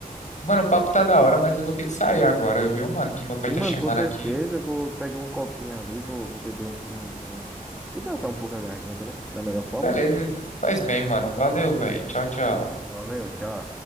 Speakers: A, on the left; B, in the centre.
A: Mano, o papo tá da hora, mas eu vou ter que sair agora, viu, mano? Que meu
B: Sim,
A: pai tá
B: mano,
A: chamando
B: com certeza.
A: aqui.
B: Eu vou pegar um coquinho ali, vou, vou beber um, um, um. Hidratar um pouco a garganta, né? Da melhor forma.
A: Beleza. Faz bem, mano. Valeu, velho. Tchau, tchau.
B: Valeu, tchau.